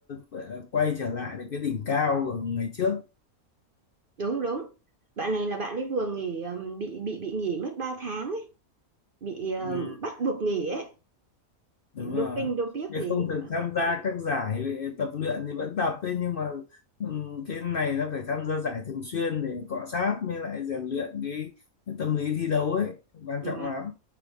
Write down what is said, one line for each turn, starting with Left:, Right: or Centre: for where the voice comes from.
Left: gọi là quay trở lại được cái đỉnh cao của ngày trước
Right: Đúng đúng. Bạn này là bạn ấy vừa nghỉ ừm, bị bị bị nghỉ mất 3 tháng ấy, bị ừm,
Left: ừ,
Right: bắt buộc nghỉ ấy,
Left: đúng rồi
Right: doping dopiếc
Left: cái
Right: gì
Left: không được tham gia các giải tập luyện thì vẫn tập ấy nhưng mà ừ, cái này nó phải tham gia giải thường xuyên để cọ sát mới lại rèn luyện cái, cái tâm lý thi đấu ấy quan
Right: ấy.
Left: trọng lắm